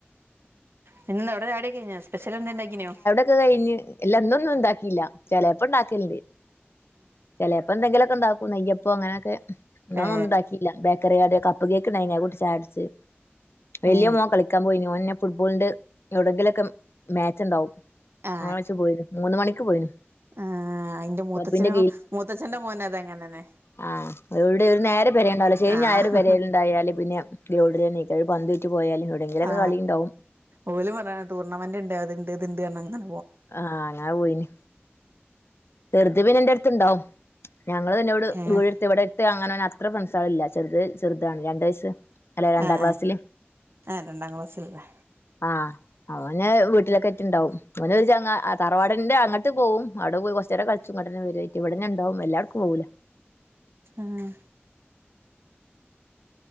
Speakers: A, on the right (about 65°); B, on the left (about 70°).
A: പിന്ന് അവിടെ ചായടിക്കയ്ഞ്ഞോ സ്പെഷൽ എന്തേംണ്ടാക്കിനോ
B: ക്ക് കഴിഞ്ഞ് എല്ലന്നും ഒന്നും ഉണ്ടാക്കില്ല ചിലപ്പോ ഉണ്ടാക്കല്ണ്ട് ചെലെ പ്പൊന്തെങ്കിലൊക്കെണ്ടാക്കും നെയ്യപ്പൊ ങ്ങനൊക്കെ ന്നാ
A: ഏ
B: ഒന്നും ഉണ്ടാക്കിയില്ല ബേക്കറികടി കപ്പ് കേക്ക്ണ്ടായ്ന് അവ് കൂട്ടി ചായട്ച്ച് വലിയ
A: ഏ
B: മോ കളിക്കാൻ പോയിന് ഓൻന്നെ ഫുട്ബോളിന്റെ എവിടെങ്കിലൊക്കെ മാച്ച് ഉണ്ടാവും
A: ആ
B: ആഴിച്ച പോയിന് മൂന്ന് മണിക്ക് പോയിന്
A: ആ യിന്റെ മൂത്തച്ഛനും
B: ക്ലബ്ബിന്റെ
A: മൂത്തച്ഛ്ന്റെ മോനും അത അങ്ങനന്നെ
B: ആ എവടെ ഒരു നേരം പരേൽ ണ്ടാവൂല ശനിയും
A: ആഹ്
B: ഞായറും പരെല് ണ്ടായാല് പിന്നെ ഗ്രാണ്ടിലെന്നേക്കാരം ഒര് പന്ത്യ്റ്റ് പോയാല് എവിടെങ്കിലൊക്കെ
A: ആ
B: കളിണ്ടാവും
A: ഓല് പറയാണ് ടൂർണമെന്റ് ണ്ട് അത്ണ്ട് ഇത്ണ്ട് അങ്ങന
B: ആ അങ്ങനെ പോയിന് ചെർത് പിന്നെ ന്റെടുത്ത്ണ്ടാവും ഞങ്ങൾ പിന്നെട്
A: ഏഹ്
B: വീട് ടുത്ത് ഇവിടെ ത്ത് അങ്ങനെ ഓന് അത്ര ഫ്രണ്ട്സള് ല്ല ചെറുത് ചെറുതാണ് രണ്ട് വയസ് അല്ല രണ്ടാം
A: ആഹ്
B: ക്ലാസില്
A: ആഹ് രണ്ടാം ക്ലാസ്സിലല്ലേ
B: ആ അവന് വീട്ടിലൊക്കെ ആയിട്ടുണ്ടാവും അവന് ഒര് ചെങ്ങാ തറവാടിന്റെ അങ്ങട്ട് പോവും അവിടപോയി കൊർച് ച്ചേരം കൾച്ചുംഇങ്ങട്ടന്നേ വരും ഇവിന്നെണ്ടാവും ല്ലാട്ക്കും പോകൂല
A: ആഹ്